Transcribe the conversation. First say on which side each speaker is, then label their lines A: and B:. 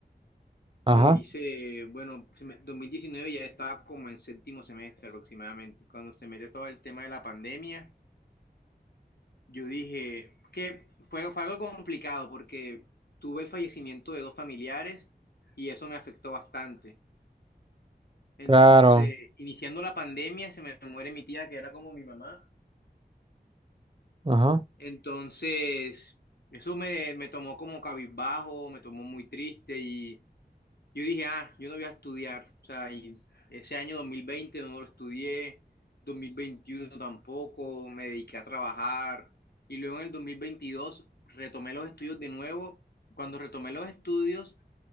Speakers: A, on the right (about 30°); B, on the left (about 70°).
A: Ajá,
B: e hice, bueno, se me- 2019 ya estaba como en séptimo semestre aproximadamente. Cuando se mete todo el tema de la pandemia, yo dije que fue, fue algo complicado porque tuve el fallecimiento de dos familiares y eso me afectó bastante. Entonces,
A: claro,
B: iniciando la pandemia, se me muere mi tía, que era como mi mamá.
A: ajá,
B: Entonces, eso me, me tomó como cabizbajo, me tomó muy triste y yo dije, ah, yo no voy a estudiar. O sea, y ese año 2020 no lo estudié, 2021 tampoco, me dediqué a trabajar y luego en el 2022 retomé los estudios de nuevo. Cuando retomé los estudios,